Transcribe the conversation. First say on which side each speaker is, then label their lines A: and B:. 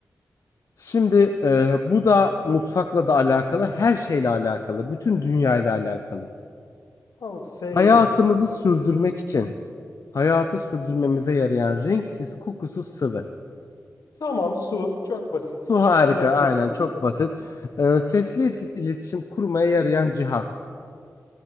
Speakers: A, on the left; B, on the left.
A: Şimdi e, bu da mutfakla da alakalı, her şeyle alakalı, bütün dünyayla alakalı.
B: Al S
A: Hayatımızı
B: ile.
A: sürdürmek için Hayatı sürdürmemize yarayan renksiz, kokusuz sıvı.
B: Tamam, su. Çok basit.
A: Su harika,
B: Hemen
A: aynen
B: geçtim
A: çok
B: bunu.
A: basit. Ee, sesli il- iletişim kurmaya yarayan cihaz.